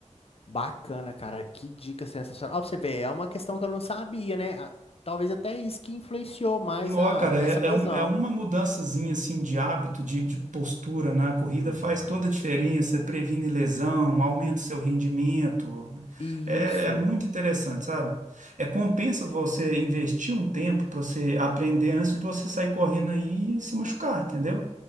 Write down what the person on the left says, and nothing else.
Bacana, cara. Que dica sensacional. Ó, pra você ver, é uma questão que eu não sabia, né? Ah, Talvez até isso que influenciou mais
na,
nessa
lesão.
Uhum.
E
Isso.